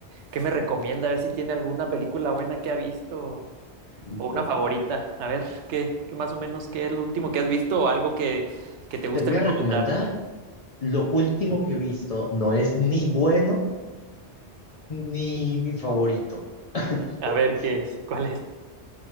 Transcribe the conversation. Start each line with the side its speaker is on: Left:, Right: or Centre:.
Right: qué me recomienda, a ver si tiene alguna película buena que ha visto
Left: Bueno.
Right: o una favorita. A ver, qué, qué más o menos qué es lo último que has visto o algo que, que te guste
Left: Te voy a
Right: recomendar.
Left: recomendar lo último que he visto. No es ni bueno ni mi favorito, <laughs>
Right: A ver, ¿qué es? ¿Cuál es?